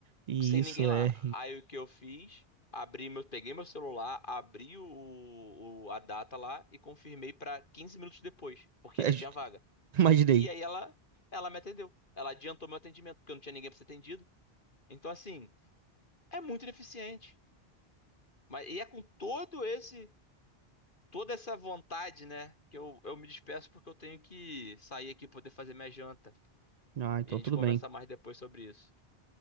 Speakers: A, on the right; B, on the left.
A: E
B: sem
A: isso
B: ninguém lá.
A: é.
B: Aí o que eu fiz? Abri meu, peguei meu celular, abri o, o- a data lá e confirmei pra 15 minutos depois, porque
A: é
B: ainda tinha vaga.
A: imaginei.
B: E aí ela ela me atendeu. Ela adiantou meu atendimento, porque eu não tinha ninguém pra ser atendido. Então assim, é muito ineficiente. Mas e é com todo esse toda essa vontade, né, que eu, eu me despeço porque eu tenho que sair aqui poder fazer minha janta.
A: Ah, então
B: E a gente
A: tudo
B: conversa
A: bem.
B: mais depois sobre isso.